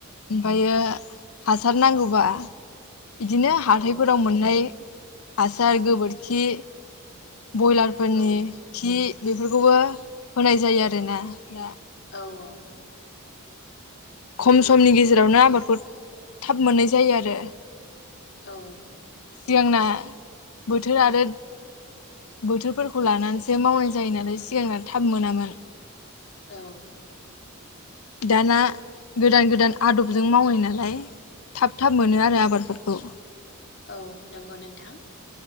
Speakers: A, on the left; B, on the left.
A: ओमफायो हासार नांगौबा बिदिनो हाथायफोराव
B: औ
A: मोननाय हासार गोबोरखि बयलारफोरनि
B: औ
A: खि बेफोरखौबो होनाय जायो आरोना दा
B: औ औ
A: खम समनि गेजेरावनो आबादखौ थाब मोननाय जायो आरो
B: औ
A: सिगांना बोथोर आरो बोथोरफोरखौ लानानैसो मावनाय जायो नालाय सिगांना थाब मोनामोन ।
B: औ
A: दाना गोदान गोदान आदबजों मावनाय नालाय थाब थाब मोनो आरो आबादफोरखौ
B: औ नंगौ नोंथां